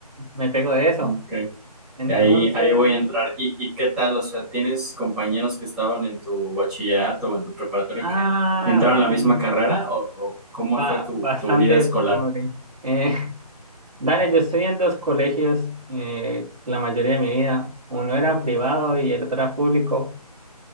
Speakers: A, on the right (about 70°); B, in the centre.
A: me pego de eso.
B: ok.
A: Entonces,
B: Ahí, ahí voy a entrar. ¿Y, y qué tal? O sea, ¿tienes compañeros que estaban en tu bachillerato o en tu preparatoria
A: ah,
B: que entraron
A: bueno,
B: a la misma carrera? ¿O, o cómo
A: ba-
B: fue tu,
A: bastante
B: tu vida escolar?
A: pobre. Eh, <laughs> dale, yo estudié en dos colegios eh, la mayoría de mi vida. Uno era privado y el otro era público.